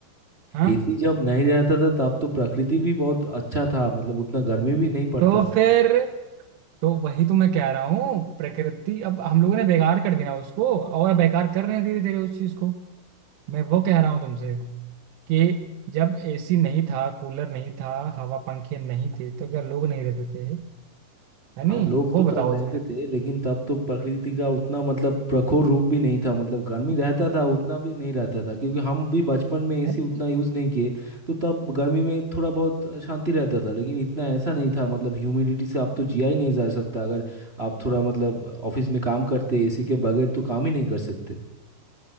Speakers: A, on the right; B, on the right.
A: हाँ
B: एसी जब नहीं रहता था तब तो प्रकृति भी बहुत अच्छा था मतलब उतना गर्मी भी नहीं पड़ता
A: तो
B: था
A: फिर तो वही तो मैं कह रहा हूँ प्रकृति अब हम लोगों ने बेकार कर दिया ना उसको और बेकार कर रहे हैं धीरे धीरे उस चीज को मैं वो कह रहा हूँ तुमसे कि जब एसी नहीं था कूलर नहीं था हवा पंखे नहीं थे तो क्या लोग नहीं रहते थे है
B: हाँ
A: नहीं
B: लोग
A: वो
B: तो तब
A: बताओ
B: रहते
A: तुम
B: थे लेकिन तब तो प्रकृति का उतना मतलब प्रखर रूप भी नहीं था मतलब गर्मी रहता था उतना भी नहीं रहता था क्योंकि हम भी बचपन में एसी
A: अरे,
B: उतना यूज़ नहीं किए तो तब गर्मी में थोड़ा बहुत शांति रहता था लेकिन इतना ऐसा नहीं था मतलब ह्यूमिडिटी से आप तो जिया ही नहीं जा सकता अगर आप थोड़ा मतलब ऑफिस में काम करते एसी के बगैर तो काम ही नहीं कर सकते